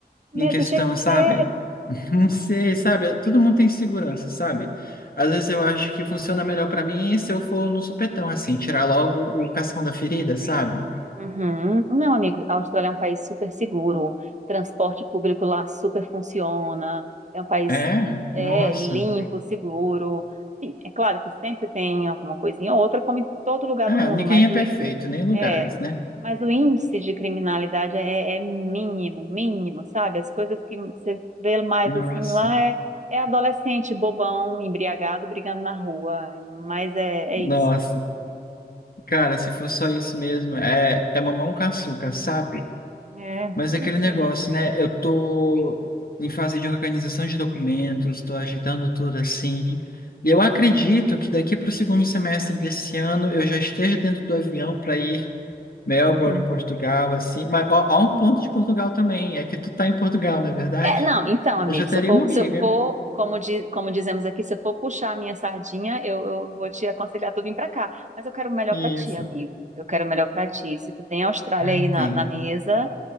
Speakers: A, on the left; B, on the right.
A: em
B: Medo
A: questão,
B: de
A: sabe?
B: quê?
A: <laughs> Não sei, sabe? Todo mundo tem segurança, sabe? Às vezes eu acho que funciona melhor pra mim se eu for num supetão, assim, tirar logo o cascão da ferida, sabe?
B: Uhum. Não, amigo, a Austrália é um país super seguro, transporte público lá super funciona, é um país
A: É, nossa.
B: é, limpo, seguro. Assim, é claro que sempre tem alguma coisinha ou outra, como em todo lugar
A: É,
B: do mundo,
A: ninguém
B: mas
A: é
B: o,
A: perfeito,
B: í- o-
A: nem lugares,
B: é,
A: né?
B: mas o índice de criminalidade é, é mínimo, mínimo, sabe? As coisas que você vê mais
A: Nossa.
B: assim lá é, é adolescente bobão, embriagado, brigando na rua, mas é, é
A: Nossa.
B: isso.
A: Cara, se for só isso mesmo, é, é mamão com açúcar, sabe?
B: É,
A: Mas
B: é tranquilo.
A: é aquele negócio, né? Eu tô em fase de organização de documentos, tô agitando tudo assim. E eu acredito que daqui para o segundo semestre desse ano eu já esteja dentro do avião para ir Melbourne,
B: Uhum.
A: em Portugal, assim. Mas ó, há um ponto de Portugal também, é que tu tá em Portugal, não é verdade?
B: É, não, então, amigo,
A: Eu já
B: se
A: teria
B: eu for,
A: uma amiga.
B: se eu for como, di- como dizemos aqui, se eu for puxar a minha sardinha, eu, eu vou te aconselhar tu vir pra cá. Mas eu quero o melhor
A: Isso,
B: pra ti, amigo. Eu quero o melhor pra ti. Se tu tem a Austrália
A: eu
B: aí
A: entendo.
B: na, na mesa,